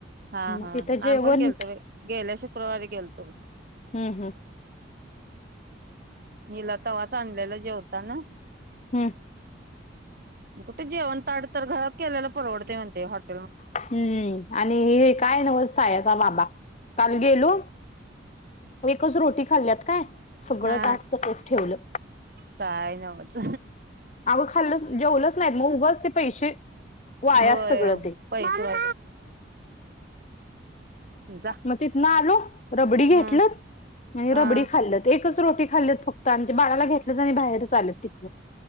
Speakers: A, on the right; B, on the left.
A: हा
B: मग
A: हा
B: तिथं जेवण
A: आम्ही पण गेलतो बाई गेल्या शु कुरवारी गेलतो
B: हं हं
A: निला तवाच आणलेला जेवताना
B: हम्
A: अ कुठं जेवण ताट तर घरात केलेल परवडते म्हणते हॉट
B: हम्म आणि हे काय नव्हच सायाचा बाबा काल गेलो एकच रोटी खाल्ल्यात काय सगळं
A: हा
B: ताट तसच ठेवलं
A: काय नव्हच
B: अगं खाल्लं जेवलंच नाही मग उगच ते पैसे वायाच
A: होय
B: सगळं ते
A: पैसे <unintelligible> जा
B: मग तिथन आलो रबडी
A: हं
B: घेटलत आणि
A: हं
B: रबडी खाल्ल एकच एकच रोटी खाल्लीत फक्त आणि ते बाळाला घेतलं आणि बाहेरच आलेत तिथनं